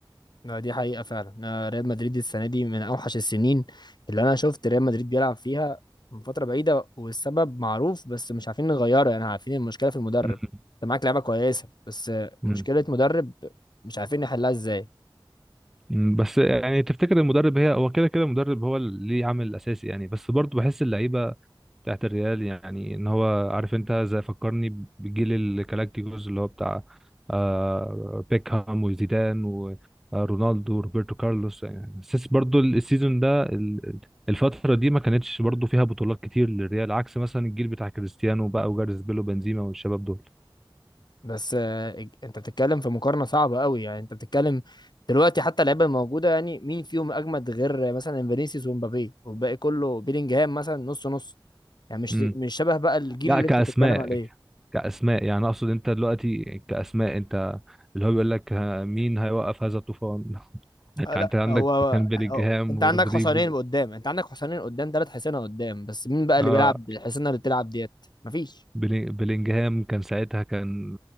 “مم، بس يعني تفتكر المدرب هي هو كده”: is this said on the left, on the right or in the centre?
Centre